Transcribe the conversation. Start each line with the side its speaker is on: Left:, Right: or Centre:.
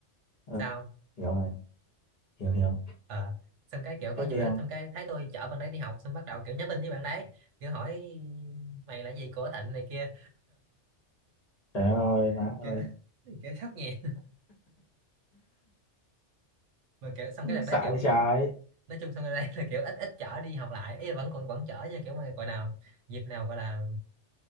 Left: ừ,
Right: sao
Left: hiểu rồi hiểu hiểu
Right: ờ xong cái kiểu có
Left: tiếp
Right: nhiều
Left: đi
Right: người
Left: không
Right: thích xong cái thấy tôi chở bạn ấy đi học xong bắt đầu kiểu nhắn tin với bạn đấy kiểu hỏi mày là gì của Thịnh này kia
Left: trời ơi
Right: <laughs>
Left: má ơi
Right: kiểu kiểu sốc nhẹ mà kiểu xong cái đợt
Left: xạ
Right: đấy kiểu
Left: với trái
Right: nó nói chung xong sân đây <laughs> là kiểu ít ít chở đi học lại ý là vẫn còn vẫn chở nha kiểu mà gọi nào dịp nào gọi là